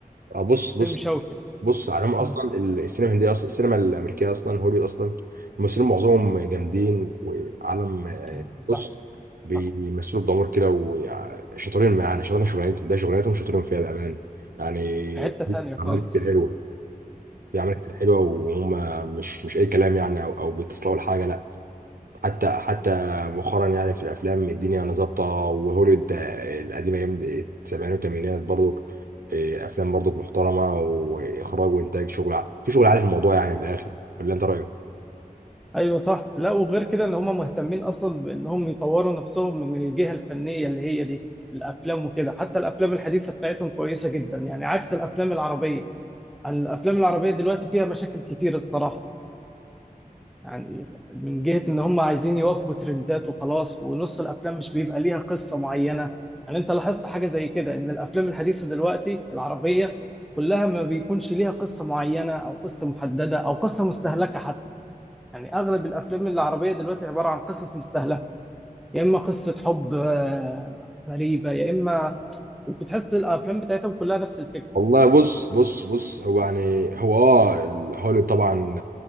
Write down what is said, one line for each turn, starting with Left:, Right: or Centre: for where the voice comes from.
Right: آه، بص بص
Centre: فيلم شوشنج
Right: بص عليهم أصلا
Centre: مم.
Right: السينما الهندية أصلا السينما الأمريكية أصلا هوليوود أصلا الممثلين معظمهم جامدين وعالم
Centre: أيوة صح
Right: بص بيمثلوا
Centre: صح.
Right: بضمير كده وشاطرين معانا شاطرين شغلانتهم ده شغلانتهم شاطرين فيها بامانه يعني
Centre: في حتة تانية
Right: في
Centre: خالص
Right: اعمال كتير حلوه في اعمال كتير حلوه وهم مش مش اي كلام يعني او او بيتصلوا لحاجه لا حتى حتى مؤخرا يعني في الافلام الدنيا يعني ظابطه وهوليوود القديمه ايام السبعينات والثمانينات برضو إيه، افلام برضو محترمه واخراج وانتاج شغل ع- في شغل عالي في الموضوع يعني من الاخر ولا انت رايك؟
Centre: ايوه صح لا وغير كده ان هم مهتمين اصلا بانهم يطوروا نفسهم من الجهه الفنيه اللي هي دي الافلام وكده حتى الافلام الحديثه بتاعتهم كويسه جدا يعني عكس الافلام العربيه الافلام العربيه دلوقتي فيها مشاكل كتير الصراحه يعني من جهه ان هم عايزين يواكبوا ترندات وخلاص ونص الافلام مش بيبقى ليها قصه معينه يعني انت لاحظت حاجه زي كده ان الافلام الحديثه دلوقتي العربيه كلها ما بيكونش ليها قصه معينه او قصه محدده او قصه مستهلكه حتى يعني اغلب الافلام العربيه دلوقتي عباره عن قصص مستهلكه يا اما قصه حب آه، غريبه يا اما وتحس الافلام بتاعتهم كلها نفس الفكره
Right: والله بص بص بص هو يعني هو اه ال- هوليوود طبعا